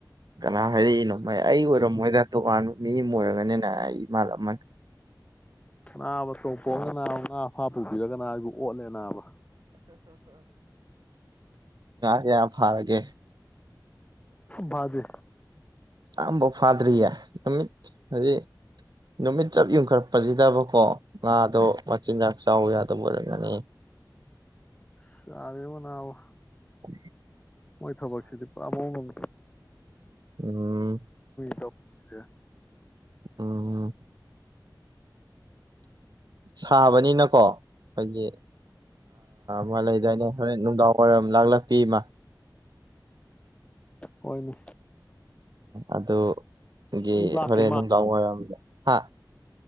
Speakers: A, on the right (about 60°); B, on the left (about 15°).
A: ꯀꯅꯥ ꯍꯥꯏꯔꯛꯏꯅꯣ ꯃꯩ ꯑꯩ ꯑꯣꯏꯔꯝꯃꯣꯏꯗ ꯇꯣꯉꯥꯟꯕ ꯃꯤ ꯑꯃ ꯑꯣꯏꯔꯒꯅꯤꯅ ꯑꯩ ꯃꯥꯗꯃꯒ
B: ꯑꯅꯥꯕꯠꯇꯉꯅ ꯍꯥꯞꯄꯨꯕꯤꯔꯒꯅ ꯑꯩꯕꯕꯨ ꯑꯣꯠꯂꯦ ꯅꯥꯕ
A: ꯒ ꯊꯥꯔꯒꯦ
B: ꯂꯖꯦ
A: ꯑꯝꯕ ꯐꯥꯗꯔꯤꯌꯥ ꯑꯃꯤꯠ ꯍꯥꯏꯖꯤ ꯅꯨꯃꯤꯠ ꯆꯞ ꯌꯨꯡꯈꯠꯔꯛꯄꯁꯤꯗꯕꯀꯣ ꯉꯥꯗꯣ ꯃꯆꯤꯟꯖꯥꯛ ꯆꯥꯎ ꯌꯥꯗꯕ ꯑꯣꯏꯔꯝꯒꯅꯤ
B: ꯁꯔꯦꯕꯅꯥꯕ
A: ꯎ
B: ꯃꯣꯏ ꯊꯕꯛ ꯁꯤꯗꯤ ꯄꯨ ꯑꯃ ꯃꯃꯤ
A: ꯎꯝ
B: ꯑ
A: ꯑꯣ ꯁꯥꯕꯅꯤꯅꯀꯣ ꯑꯩꯈꯣꯏꯒꯤ ꯃ ꯂꯩꯗꯥꯏꯅꯦ ꯍꯣꯔꯦꯟ ꯅꯨꯡꯗꯥꯡ ꯋꯥꯏꯔꯝ ꯂꯥꯛꯂꯄꯤ ꯏꯃ
B: ꯍꯣꯏꯅꯦ
A: ꯑꯗꯨꯒꯤ
B: ꯑꯩ ꯂꯥꯛꯇꯦ
A: ꯍꯣꯔꯦꯟ ꯅꯨꯡꯗꯥꯡ ꯋꯥꯏꯔꯝꯗ ꯍꯥ